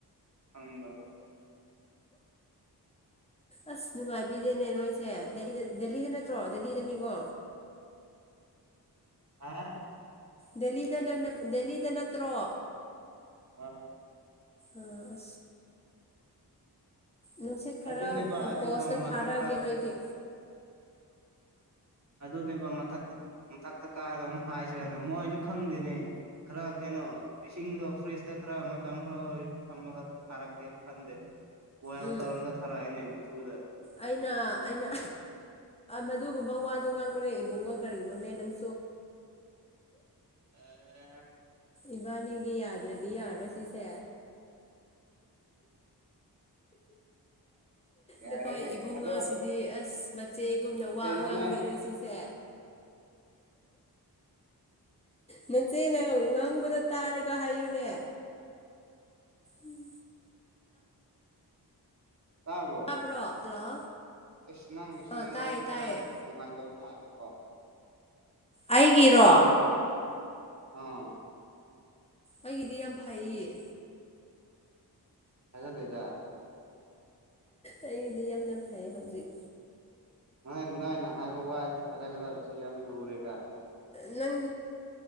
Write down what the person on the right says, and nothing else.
ꯁꯗꯕ
ꯍꯥꯥ
ꯍ
ꯑꯗꯨꯅꯦꯕ ꯑꯗꯨꯒ
ꯃꯊꯛꯇ
ꯑꯗꯨꯅꯦꯕ ꯃꯊꯛꯇ ꯃꯊꯛꯇ ꯀꯥꯔꯒ ꯑꯃꯨꯛ ꯍꯥꯏꯁꯤꯔꯦ ꯃꯣꯏꯁꯨ ꯈꯪꯗꯦꯅꯦ ꯈꯔ ꯀꯩꯅꯣ ꯏꯁꯤꯡꯗꯣ ꯐ꯭ꯔꯤꯖ ꯇ ꯀ꯭ꯔ ꯃ ꯀ꯭ꯔ ꯊꯝꯕꯒ ꯈꯔ ꯀꯦ ꯐꯗꯦ ꯍꯣꯏꯜ
ꯇꯧꯔꯒ ꯊꯔꯥꯅꯦ ꯆꯗ
ꯑ
ꯌꯥꯔꯦꯅꯦ
ꯑꯗꯣ
ꯀꯩꯅꯣꯅꯦ
ꯇꯥꯔꯕꯣ
ꯑꯁ ꯅꯪꯒꯤꯁꯨꯅꯦꯋꯥꯛꯁꯦ
ꯈꯔ ꯅꯨꯡꯉꯥꯏꯇꯕ ꯃꯥꯜꯂꯦꯕꯣ
ꯑꯥ
ꯁ ꯍꯥꯏꯗꯗ
ꯅꯣꯏ ꯅꯣꯏ ꯅ ꯍꯥꯏꯕ ꯋꯥꯏꯁꯨꯦ ꯊꯥꯒꯀꯗꯕꯁꯨ ꯌꯥꯝ ꯂꯔꯦꯗ